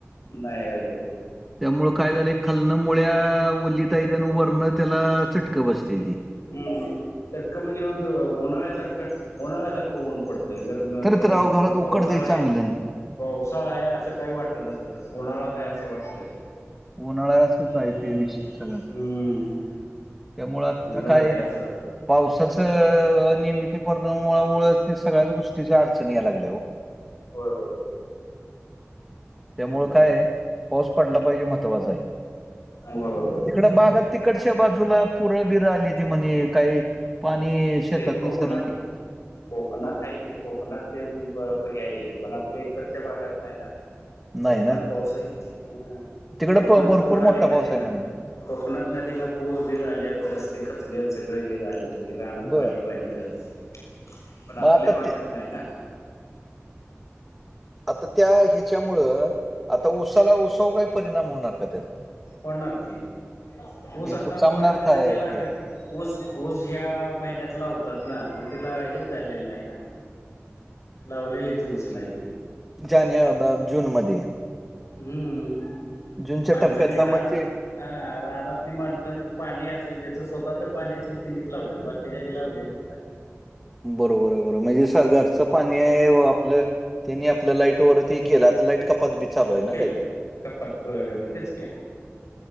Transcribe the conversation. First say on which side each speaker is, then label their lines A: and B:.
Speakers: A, on the left; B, in the centre.
A: नाही रायलेली.
B: त्यामुळ काय झालय, खालनं मुळ्या वलीतायत्या आणि वरणं त्याला चटक बसत्याती.
A: हम्म. चटकं म्हणजे द उन्हाळ्या सारखं. उन्हाळ्यासारखं ऊन पडतंय. गरम,
B: तर
A: गरम
B: तर अहो
A: होतय
B: घरात
A: पावसाळा
B: उकडतंय
A: हाय
B: चांगलं
A: पावसाळाय असं काही वाटनाच तर, उन्हाळाच हाय असं वाटतंय.
B: उन्हाळाय असचाय
A: हम्म.
B: ते विषय सगळं.
A: हम्म.
B: त्यामुळं आता
A: उन्हाळाच
B: काय
A: आहे असं वाटतं.
B: पावसाच अनियमीती परणा <unintelligible> मुळंच ते सगळ्याच गोष्टीच अडचण या लागल्या ओ.
A: होय, होय, होय.
B: त्यामुळं
A: हम्म
B: कायाय, पाऊस पडला पाहिजे महत्त्वाचाय.
A: होय होय होय
B: तिकड बागा तिकडच्या बाजूला पुरं बिर आली ती म्हणे काही पाणी शेतात
A: ते कोकणात
B: शिरलंय
A: कोकणात आहे की कोकणात ते हे आहे की पण आपल्या इकडच्या भागात नाही ना
B: नाही
A: कोकणात
B: ना
A: पाऊस आहे की
B: तिकडं
A: कोकणात
B: प- भरपूर
A: पूर आले
B: मोठा
A: ना
B: पाऊस
A: तेना
B: आहे म्हणे
A: कोकणात नदीना पूर बीर आलेत रस्ते खचले सगळे हे झालेय की रानात
B: बर
A: पाणी पाणी झाले पण आपल्या
B: मग आता
A: भागात
B: ते-
A: नाही ना
B: आता त्या हेच्यामुळं आता उसाला उसावर काय परिणाम होणार का तेचा
A: होणार की. ऊस
B: हे
A: आत्ता
B: कुचामणार
A: बऱ्याच जणांचे
B: काय
A: लागण
B: ते
A: ऊस, ऊस ह्या महिन्यात लावतात ना. मग तिला हेच झालेलं नाही ना. लावलेलेच ऊस नाहीती.
B: जाने अ ब जूनमध्ये.
A: हम्म
B: जूनच्या
A: <unintelligible>
B: टप्प्यातला
A: रानात
B: मग ते
A: हा रानातली माणसानी पाणी असेल तेचं स्वतःच पाणी असेल तिनीच लावलेत बाकीच्यांनी लावलेलीच नाहीत.
B: बरोबर आहे बरोर म्हणजे घरचं पाणी आहे आपलं त्यांनी आपल लाईट वरती केल आता लाईट बी चालू आहे ना
A: केल
B: काहीतरी
A: कपात होय मग तेच की